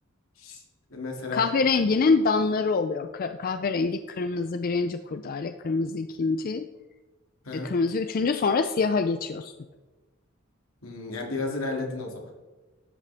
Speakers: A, on the left; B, on the left.
A: Ş- Mesela
B: kahverenginin danları oluyor. Ka- kahverengi kırmızı birinci kurdale, kırmızı ikinci,
A: Hı hı.
B: e, kırmızı üçüncü sonra siyaha geçiyorsun.
A: Hmm, yani biraz ilerledin o zaman.